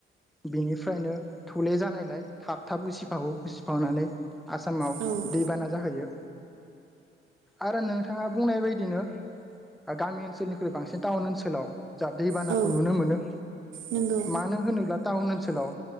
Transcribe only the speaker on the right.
औ
औ
नंगौ